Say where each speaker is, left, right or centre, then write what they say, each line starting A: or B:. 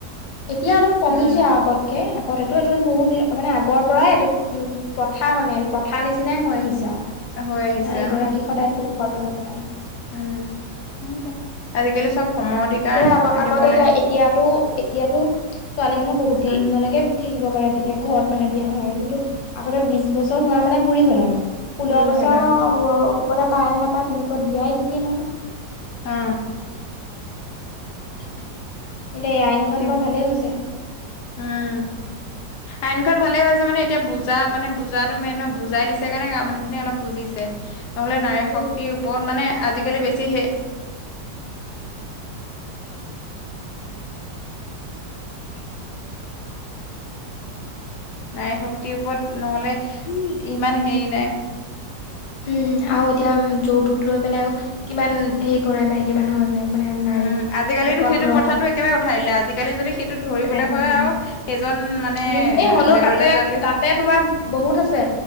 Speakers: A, on the left (about 85°); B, on the left (about 70°).
A: এতিয়া অলপ কমিছে
B: উম
A: আগতকে। আগতেটো এইটো বহুত দি, মানে আগৰ পৰাই এইটো প্ৰথা মানে এইটো পথাৰ নিচিনাই হৈ আহিছে আৰু।
B: হৈ আহিছে
A: নাৰী
B: অ
A: গৰাকী সদায় পুৰুষৰ তলত মানে।
B: উম' আজিকালি চব। সমঅধিকাৰ
A: এ আগ আগতে
B: দিব
A: এতিয়া
B: লাগে।
A: এতিয়াতো এতিয়াতো ছোৱালী মানুহ বহুত দিন
B: আহ
A: লৈকে। থাকিব পাৰে বিয়া ঘৰত মানে বিয়া নোহোৱাকে, কিন্তু আগতে বিছ বছৰ হোৱা মানে বুঢ়ী হ'ল আৰু। ষোল্ল
B: বুঢ়ী
A: বছৰ
B: হ'ল আৰু
A: হ'বলে পায় নে নাপায় তেনেকুৱাত, বিয়াই দি দিয়ে নহয়।
B: অহ'। <unintelligible>
A: এতিয়া এই আইনখন
B: কে।
A: বাৰু ভালেই হৈছে
B: উম'। আইন খন ভালে হৈছে মানে এতিয়া বুজা মানে বুজাটো মেইন হয়, বুজাই দিছে কাৰণে মানুহখিনি অলপ বুজিছে। নহ'লে নাৰী
A: বুজিছে
B: শক্তিৰ ওপৰত মানে আজিকালি বেছি হে ইয়াতে। নাই শক্তিৰ ওপৰত নহ'লে ইমান হেৰি নাই।
A: উম' আৰু এতিয়া যৌতুক লৈ পেলাইও, কিমান হেৰি কৰে মাইকী মানুহৰ যে। মানে নাৰী
B: উম' আজিকালি
A: এখন
B: সেইটো
A: ঘৰত
B: প্ৰথাতটো একেবাৰে উঠাই দিলে। আজিকালি যদি সেইটোত ধৰিবলৈ
A: উঠাই দিলে
B: হয়
A: অ
B: আৰু। সেইজন মানে
A: উম এই হ'লেও
B: জেললৈ
A: তাতে
B: যোৱাটোৱে
A: তাতে তোমাৰ বহুত আছে